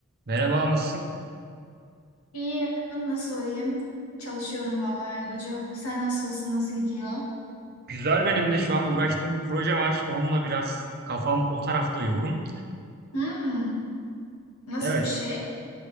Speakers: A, on the right; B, on the left.
A: Merhaba, nasılsın?
B: İyiyim, nasıl olayım? Çalışıyorum vallahi yorucu. Sen nasılsın, nasıl gidiyor?
A: Güzel benim de şu an uğraştığım bir proje var. Onunla biraz kafam o tarafta yoğun.
B: Hmm, nasıl
A: Evet,
B: bir şey?